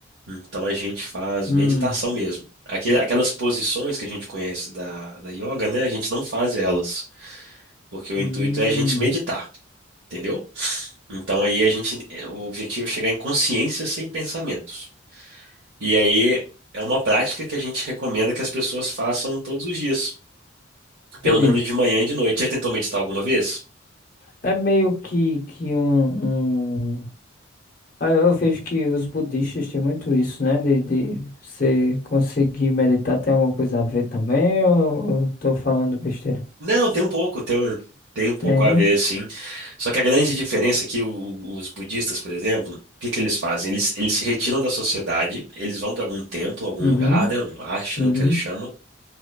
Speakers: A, on the right (about 70°); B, on the left (about 45°).
A: Então a gente faz
B: hum,
A: meditação mesmo. Aquele- Aquelas posições que a gente conhece da, da yoga, né? A gente não faz elas, porque o
B: hum,
A: intuito é a gente meditar, entendeu? Então aí a gente, é, o objetivo é chegar em consciência sem pensamentos. E aí é uma prática que a gente recomenda que as pessoas façam todos os dias,
B: entendi.
A: pelo menos de manhã e de noite. Já tentou meditar alguma vez?
B: É meio que, que um, um... Ah, Eu vejo que os budistas têm muito isso, né? De, de você conseguir meditar, tem alguma coisa a ver também? Ou eu tô falando besteira?
A: Não, tem um pouco, tem, um- tem um pouco
B: Tem,
A: a
B: né?
A: ver, sim. Só que a grande diferença é que o- os budistas, por exemplo, o que que eles fazem? Eles, eles se retiram da sociedade, eles vão para algum templo, algum
B: Uhum,
A: lugar, né? Um ashram
B: uhum.
A: que eles chamam,